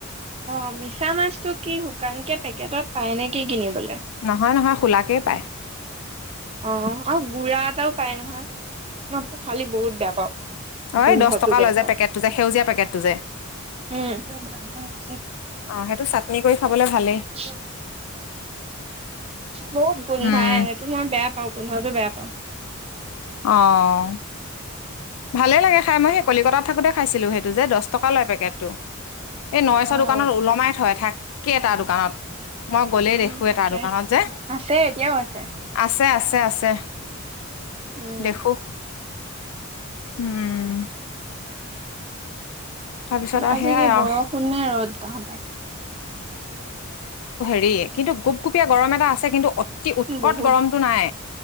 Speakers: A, on the right (about 30°); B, on the left (about 90°).
A: অ মিছা মাছটো কি শু কাণ কে পেকেটত পায় নেকি কিনিবলৈ।
B: নহয় নহয় খোলাকেই পায়।
A: অ আৰু গুঢ়া এটাও পায় নহয় মই খালি বহুত বেয়া পাওঁ।
B: অ
A: গোন্ধটো
B: এই দহ টকা
A: বেয়া
B: লয় যে পেকেটটো যে সেউজীয়া পেকেটটো যে।
A: উম। <unintelligible>
B: অ সেইটো চাটনি কৰি খাবলৈ
A: <unintelligible>
B: ভালেই
A: বহুত গোন্ধাই
B: উম
A: সেইটো মই বেয়া পাওঁ গোন্ধটো বেয়া পাওঁ।
B: অহ। ভালে লাগে খাই মই সেই কলিকতাত থাকোঁতে খাইছিলোঁ সেইটো যে দহ টকা লয় পেকেটটো। এই নৰেশৰ
A: অ',
B: দোকানত ওলমাই থয় থাকে তাৰ দোকানত। মই গ'লেই
A: উম
B: দেখো
A: থাকে
B: তাৰ দোকানত যে
A: আছে এতিয়াও আছে।
B: আছে আছে আছে।
A: উম
B: দেখোঁ উম। তাৰপিছত আৰু
A: আজি
B: সেয়াই
A: কি
B: আৰু
A: বৰষুণ নে ৰ'দ তহঁতৰ।
B: <unintelligible> গুপগুপীয়া গৰম এটা আছে কিন্তু অতি উৎকট
A: বহুত
B: গৰমটো নাই।